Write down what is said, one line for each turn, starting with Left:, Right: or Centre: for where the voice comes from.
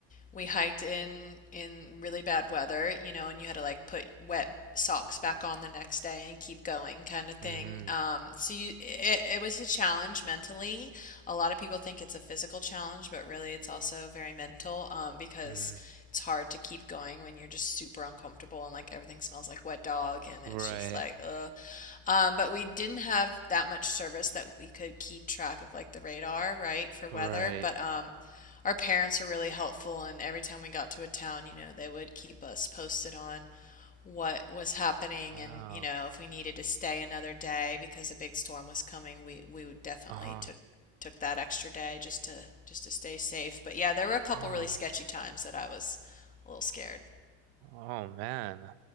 Left: we hiked in in really bad weather, you know, and you had to like put wet socks
Right: Ooh.
Left: back on the next day and keep going kind of thing.
Right: Mm-hmm.
Left: Um so you it, it was a challenge mentally. A lot of people think it's a physical challenge, but really it's also very mental um because
Right: Mm-hmm.
Left: it's hard to keep going when you're just super uncomfortable and like everything smells like wet dog and
Right: Right.
Left: it's just like uh. Um, but we didn't have that much service that we could keep track of like the radar, right, for weather.
Right: Right.
Left: But um, our parents were really helpful, and every time we got to a town, you know, they would keep us posted on what was happening,
Right: Wow.
Left: and you know, if we needed to stay another day because a big storm was coming, we we would definitely
Right: Uh-huh.
Left: took took that extra day just to just to stay safe. But yeah, there were a couple
Right: Wow.
Left: really sketchy times that I was a little scared.
Right: Oh man.